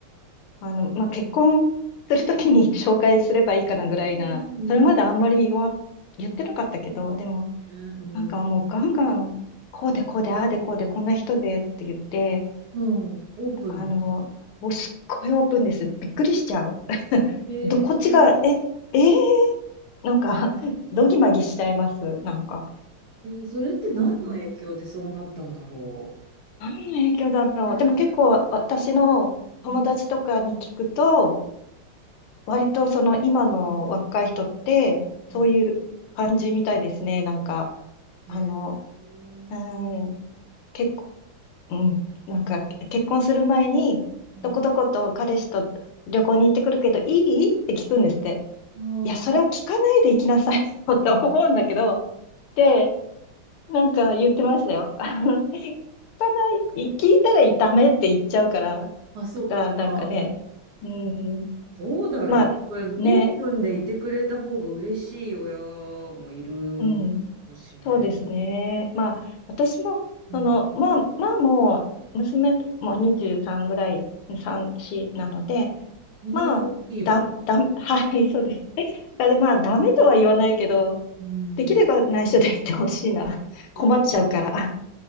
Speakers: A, on the left; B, on the right.
A: あの、まあ、結婚するときに <laughs> 紹介すればいいかなぐらいな、
B: うんうんうん。
A: それまであんまり言わ、言ってなかったけど、
B: そう
A: でも、
B: だね。うん。
A: なんかもうガンガン、こうでこうで、ああでこうで、こんな人でって言って、
B: うん。オープンなんだ。
A: あの、もうすっごいオープンです。びっくりしちゃう。<laughs>
B: えええー
A: ど、こっちが、え、えー、なんか、どぎまぎしちゃいます。なんか。
B: それって何の影響でそうなったんだろ
A: うん。何の影響だろう。
B: うん
A: でも結構わ私の友達とかに聞くと、
B: うん。
A: 割とその今の若い人って、
B: うん。
A: そういう感じみたいですね。なんか、
B: へ
A: あの、
B: えー
A: うーん、結構、うん、なんか結婚する前に、
B: うん
A: どこどこと彼氏と旅行に行ってくるけど、いいって聞くんですって。
B: あ
A: いや、それは聞かないで行きなさい <laughs> って思うんだけど、で、なんか言ってましたよ。<laughs> 聞かない、聞いたらダメって言っちゃうから、
B: あ、あ、そっか。
A: とか、なんかね、うん、
B: どうだろうね。
A: まあ、
B: これオープンでいてくれた方が嬉しい親もいると思うしね。
A: ね、うん。そうですね。まあ、私も、
B: うん。
A: その、まあ、まあもう、娘も23ぐらい、3、4なので、
B: そんな大きいお子。
A: まあ、だ、だ、<laughs> はい、そうです。えだまあ、ダメとは言わないけど、
B: うん。
A: できれば内緒で言ってほしいな。<laughs>
B: そ
A: 困っちゃうから。